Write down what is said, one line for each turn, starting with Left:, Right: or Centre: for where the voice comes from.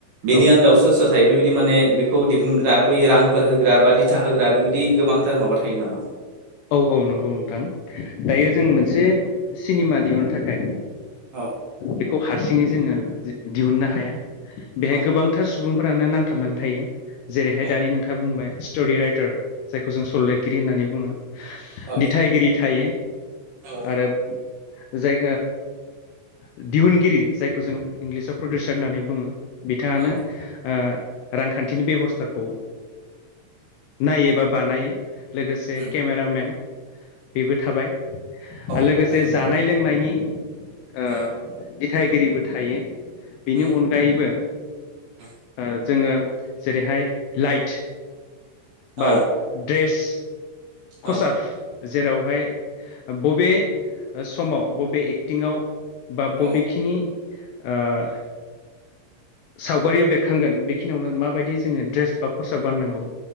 Right: बेनि
Left: औ
Right: आन्दोआव सोर सोर थायो बेबायदि माने बेखौ दिहुनग्रा बै रांफोर होग्रा बा दिथा होग्रा बेबायदि गोबांथार माबा थायो नामा?
Left: औ औ नंगौ नोंथां। दायो जों मोनसे सिनेमा दिहुननो थाखाय।
Right: औ
Left: बेखौ हारसिङै जोङो दिहुननो हाया बेहाय
Right: औ
Left: गोबांथार सुबुंफोरानो नांथाबनानै थायो। जेरैहाय
Right: औ
Left: दानि नोंथाङा बुंबाय स्ट'रि राइटार जायखौ जों सल लिर लिरगिरि होननानै बुङो।
Right: औ
Left: दिथगिरि थायो
Right: औ
Left: आरो जाय दिहुनगिरि जायखौ जों इंलिसाव प्रडिउसार होननानै बुङो। बिथाङानो।
Right: औ
Left: ओ रांखान्थिनि बेबस्थाखौ नायो बा बानायो लोगोसे
Right: उम
Left: केमेरामेन बेबो थाबाय
Right: औ
Left: आरो लोगोसे
Right: थारैनो
Left: जानाय लोंनायनि ओ
Right: उम
Left: दिथाइगिरिबो थायो। बिनि
Right: उम
Left: अनगायैबो
Right: उम
Left: ओ जोङो जेरैहाय लाइट बा
Right: औ
Left: द्रेस।
Right: औ
Left: खसाब जेरावहाय बबे समाव बबे एक्टिंआव बा बबेखिनि
Right: औ
Left: ओ- सावगारियाव बेरखांगोन बेखिनियावनो माबायदि जोङो ड्रेस बा खसाब गाननांगौ?